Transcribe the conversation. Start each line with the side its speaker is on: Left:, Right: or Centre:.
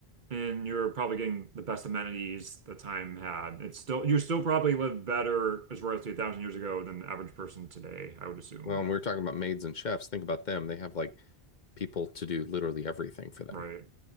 Right: And you're probably getting the best amenities the time had. It's still you still probably live better as royalty a thousand years ago than the average person today, I would assume.
Left: Well, and we were talking about maids and chefs. Think about them. They have like people to do literally everything for them.
Right: Right.